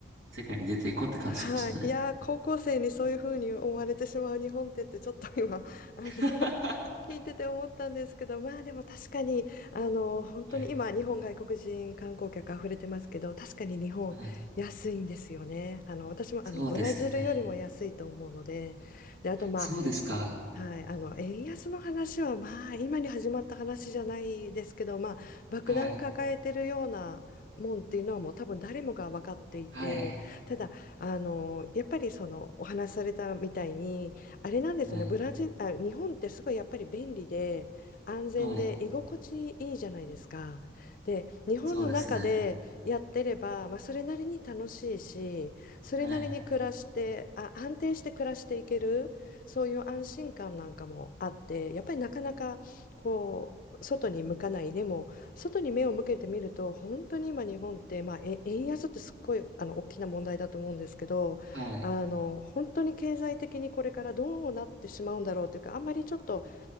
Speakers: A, on the right; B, on the left.
A: 世界に出ていこうって感じましたね。
B: はい、いやー高校生にそういうふうに思われてしまう日本ってってちょっと今あの
A: <laughs>
B: <laughs> 聞いてて思ったんですけどまあでも確かにあの本当に今日本外国人観光客あふれてますけど確かに日本安いんですよねあの私もあのブラジルよりも安いと思うので、
A: はい。はい。そうですよね。
B: であとまあ
A: そうですか。
B: はい、あの円安の話は、まあ、今に始まった話じゃないですけど、まあ、爆弾抱えてるようなもんっていうのはもう多分誰もが分かっていてただあのやっぱりそのお話しされたみたいにあれなんですよねブラジル、
A: はい。はい。はい。
B: あ、日本ってすごいやっぱり便利で安全で居心地いいじゃないですか。
A: はい。
B: で日本の中でやってれば、
A: そうですね。
B: まあ、それなりに楽しいしそれなりに暮らしてあ安定して暮らしていける。
A: はい。
B: そういう安心感なんかもあって、やっぱりなかなかこう外に向かない。でも、外に目を向けてみると、本当に今日本って、まあ、え円安ってすっごいあの大きな問題だと思うんですけど、
A: はい。
B: あの本当に経済的にこれからどうなってしまうんだろうというか、あんまりちょっと